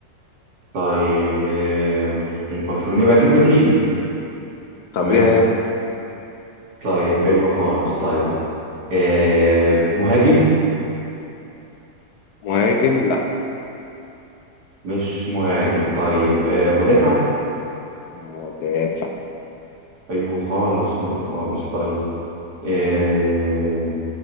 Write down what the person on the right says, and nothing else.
طيب آه، مش مش برشلونة يبقى اكيد مدريدي
تمام
طيب حلو خالص طيب آه، مهاجم
مش مهاجم طيب آه، مدافع
حلو خالص حلو خالص طيب آه،